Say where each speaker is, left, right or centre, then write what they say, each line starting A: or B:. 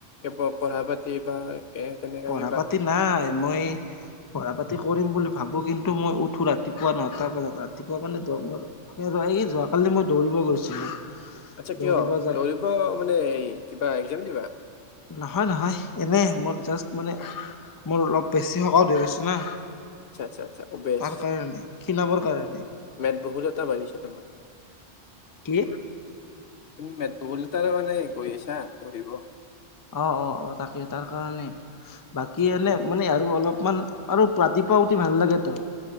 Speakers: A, on the left; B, on the left.
A: এই পঢ়া পাতি বা এ তেনেকা
B: পঢ়া
A: কিবা
B: পাতি নাই মই পঢ়া পাতি- কৰিম বুলি ভাবো কিন্তু মই উঠো ৰাতিপুৱা নটা বজাত। ৰাতিপুৱা মানে যোৱাকালি। মই দৌৰিব গৈছিলো।
A: আচ্ছা
B: দৌৰিব
A: কিয়
B: যাই
A: দৌৰিব মানে এই কিবা এক্জাম দিবা?
B: নহয় নহয় এনে মই জাষ্ট মানে মোৰ অলপ বেছি হকত হৈ গৈছো না।
A: আচ্ছা আচ্ছা আচ্ছা অ বেছ
B: তাৰ কাৰণে ক্ষীণাবৰ কাৰণে
A: মোদবহুলতা বাঢ়িছে তোমাৰ।
B: কি?
A: তুমি মেদবহুলতা মানে গৈ আছা দৌৰিব?
B: অ অ অ তাকে তাৰ কাৰণে বাকী
A: আচ্ছা
B: এনে মানে আৰু অলপ মান আৰু ৰাতিপুৱা উঠি ভাল লাগেতো।